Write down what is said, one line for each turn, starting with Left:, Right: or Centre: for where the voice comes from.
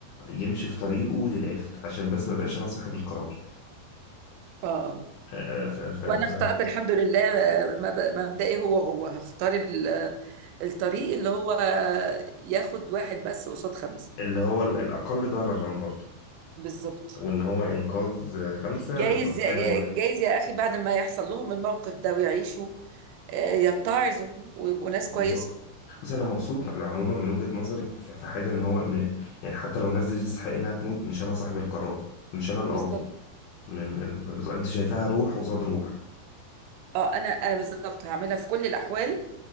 Left: يمشي في طريقه للاخر عشان بس ما بقاش انا صاحب القرار
Right: اه
Left: آه، ف ف ف
Right: وانا اخترت الحمد لله آه، مب- مبدئي هو هو هختار ال- الطريق اللي هو ياخد واحد بس قصاد خمسة
Left: اللي هو ال- الأقل ضررا برضه
Right: بالظبط
Left: وإن هو إنقاذ خمسة
Right: جايز
Left: بالتضحية بواحد
Right: جايز يا اخي بعد ما يحصل لهم الموقف ده ويعيشوا آه، يتعظوا ويبقوا ناس كويسة
Left: بالظبط بس أنا مبسوط على عموما من وجهة نظرك في في حاجة إن هو م... يعني حتى لو الناس دي تستحق إنها تموت مش أنا صاحب القرار مش أنا القاضي
Right: بالظبط
Left: م... م... بز- أنت شايفاها روح قصاد روح
Right: اه انا انا بالظبط هعملها في كل الاحوال